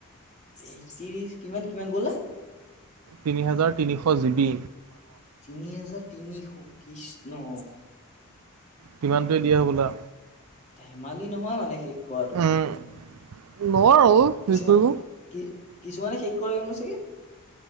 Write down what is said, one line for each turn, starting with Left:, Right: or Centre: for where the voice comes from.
Left: তেত্ৰিশ কিমান কিমান কলা
Right: তিনি হাজাৰ তিনিশ জিবি
Left: তিনি হাজাৰ তিনিশ ত্ৰিশ ন
Right: কিমানটোৱে দিয়ে হ'বলা
Left: ধেমালি নহয় মানে শেষ কৰাটো
Right: উম নোৱাৰো শেষ
Left: কিছুমান
Right: কৰিব
Left: কি কিছুমানে শেষ কৰাৰ ন চাগে